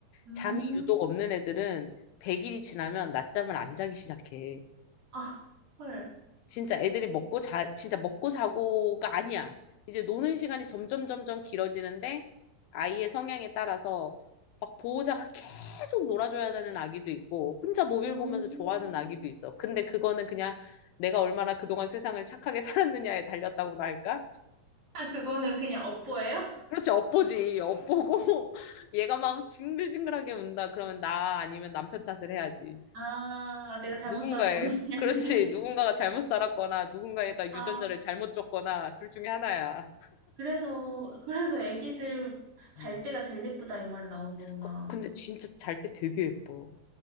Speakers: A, on the right; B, on the left.
A: 음,
B: 잠이 유독 없는 애들은 100일이 지나면 낮잠을 안 자기 시작해.
A: 아, 헐.
B: 진짜 애들이 먹고 자, 진짜 먹고 자고가 아니야. 이제 노는 시간이 점점 점점 길어지는데 아이의 성향에 따라서 막 보호자가 계속 놀아줘야 되는 아기도 있고 혼자 모빌
A: 음.
B: 보면서 좋아하는 아기도 있어. 근데 그거는 그냥 내가 얼마나 그동안 세상을 착하게 살았느냐에 달렸다고나 할까?
A: 아, 그거는 그냥 업보예요?
B: 그렇지, 엿보지. 엿보고 <laughs> 얘가 막 징글징글하게 운다. 그러면 나 아니면 남편 탓을 해야지.
A: 아, 내가 잘못
B: 누군가의,
A: 살았구나. <laughs>
B: 그렇지. 누군가가 잘못 살았거나 누군가가
A: 아,
B: 유전자를 잘못 줬거나 둘 중에 하나야.
A: 그래서, 그래서 애기들 잘
B: 음.
A: 때가 제일 예쁘다 이 말이 나오는 거구나.
B: 거- 근데 진짜 잘 때 되게 예뻐.